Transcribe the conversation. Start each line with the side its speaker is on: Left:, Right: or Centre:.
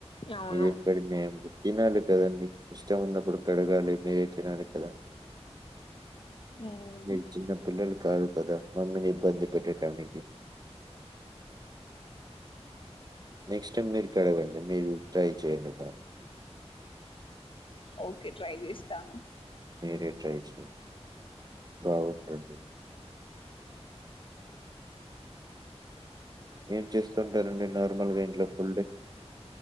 Left: అవును
Right: ఇది ఎక్కడి మే తినాలి కదండి ఇష్టం ఉన్నప్పుడు కడగాలి మీరే తినాలి కదా
Left: మ్మ్
Right: మీ చిన్న పిల్లలు కాదు కదా మమ్మీని ఇబ్బంది పెట్టేటాని నెక్స్ట్ టైమ్ మీరు కడగండి మీరు ట్రై చేయండి
Left: ఓకే ట్రై చేస్తాను
Right: మీరే ట్రై చేయండి బాగుంటుంది ఏం చేస్తూ ఉంటారంండి నార్మల్గా ఇంట్లో ఫుల్ డే